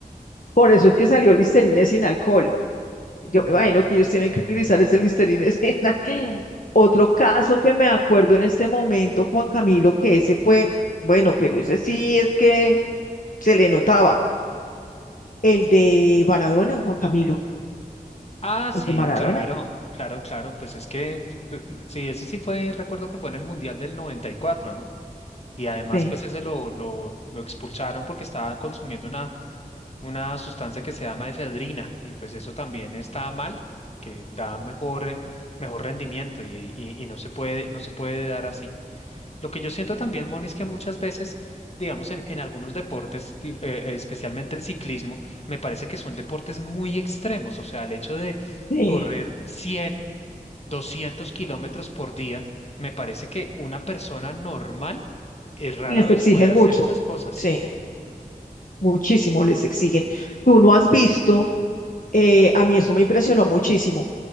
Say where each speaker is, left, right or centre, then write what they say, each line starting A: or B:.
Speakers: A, on the left; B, on the left.
A: Por eso es que salió Listerine sin alcohol. Yo me
B: Mm.
A: imagino que ellos tienen que utilizar ese Listerine escena. <laughs> Otro caso que me acuerdo en este momento, Juan Camilo, que ese fue, bueno, pero ese sí es que se le notaba. El de Maradona, Juan Camilo,
B: Ah, sí,
A: el de Maradona,
B: claro, claro, claro. Pues es que, cl- sí, ese sí fue, recuerdo que fue en el Mundial del 94, ¿no? Y además,
A: sí,
B: pues ese lo, lo, lo expulsaron porque estaba consumiendo una una sustancia que se llama efedrina y pues eso también está mal, que da mejor, mejor rendimiento y, y- y no se puede, no se puede dar así. Lo que yo siento también, Moni, es que muchas veces, digamos, en, en algunos deportes, di- eh, eh, especialmente el ciclismo, me parece que son deportes muy extremos, o sea, el hecho de
A: sí,
B: correr 100 200 kilómetros por día, me parece que una persona normal eh, rara
A: les
B: vez
A: exigen
B: puede hacer
A: mucho,
B: esas cosas.
A: sí, muchísimo les exigen. Tú no has visto, eh, a mí eso me impresionó muchísimo,